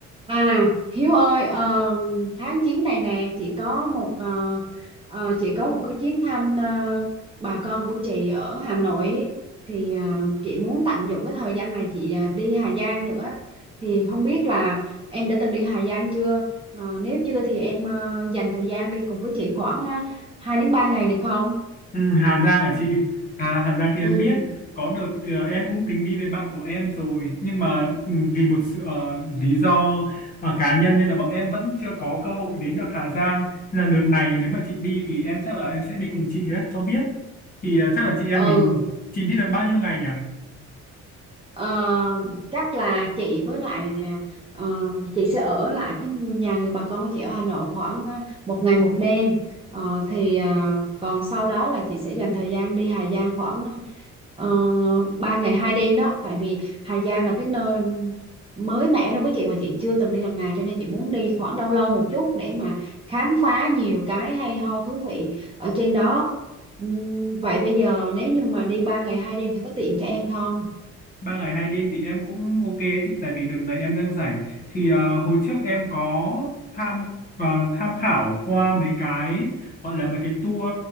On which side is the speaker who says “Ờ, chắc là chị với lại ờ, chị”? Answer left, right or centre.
Right